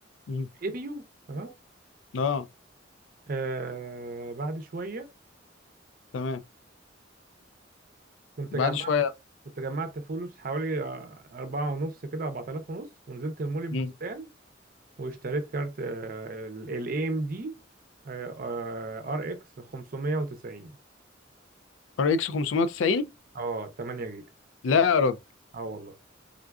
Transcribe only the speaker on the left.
مم.
اه
تمام
بعد
شويه
مم.
ار اكس 590
لا يا راجل